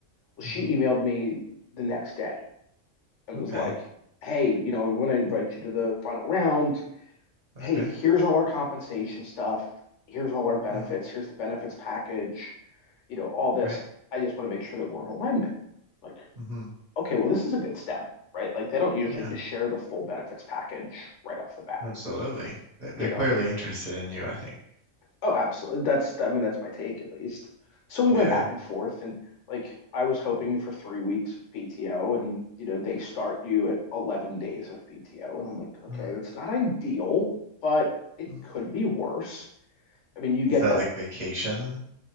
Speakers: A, on the left; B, on the right.
A: Well, she
B: Mm-hmm.
A: emailed me the next day and
B: Okay.
A: was like, "Hey, you know, we want to invite you to the final round. hey,
B: Okay.
A: here's all our compensation stuff. Here's all our benefits.
B: Mm-hmm.
A: Here's the benefits package, you know, all this.
B: Right.
A: I just want to make sure that we're in alignment. Like,
B: Mm-hmm.
A: okay, well, this is a good step, right? Like, they don't usually
B: Yeah,
A: just share the full benefits package right off the bat.
B: absolutely.
A: That's,
B: They're
A: you
B: they're clearly
A: know,
B: interested in you, I think.
A: oh, absolutely. That's, I mean, that's my take at least. So we
B: Yeah.
A: went back and forth and like I was hoping for three weeks of PTO and, you know, they start you at 11 days of PTO. And I'm like, okay,
B: Hmm.
A: that's not ideal, but it
B: Mm.
A: could be worse I mean, you get
B: Is that
A: that.
B: like vacation